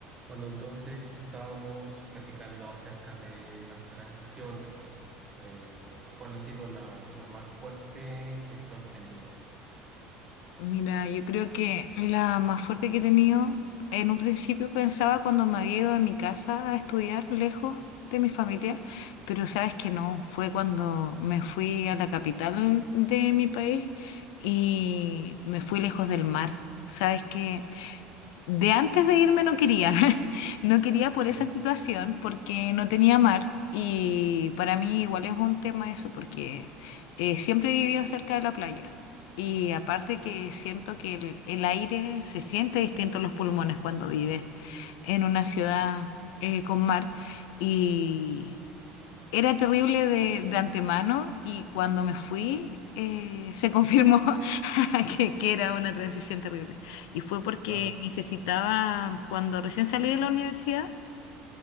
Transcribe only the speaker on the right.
Bueno, entonces estábamos platicando acerca de las transiciones. Eh, ¿cuál ha sido la, la más fuerte que tú has tenido?
Ok,
claro.